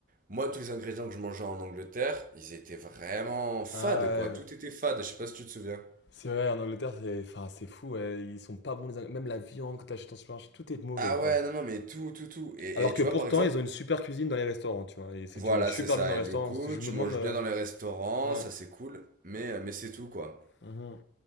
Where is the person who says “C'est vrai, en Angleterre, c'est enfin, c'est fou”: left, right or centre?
Left